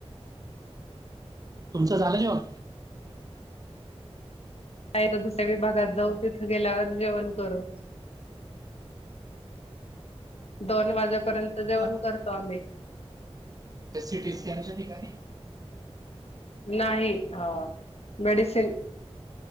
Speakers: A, on the right; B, on the left.
A: तुमचं झालं जेवण?
B: नाही आता दुसरी बागात जाऊ तिथं गेल्यावर जेवण करू. दोन वाजेपर्यंत जेवण
A: हा,
B: करतो आम्ही.
A: त्या सी टी स्कॅन च्या ठीकाणी.
B: नाही अ मेडिसिन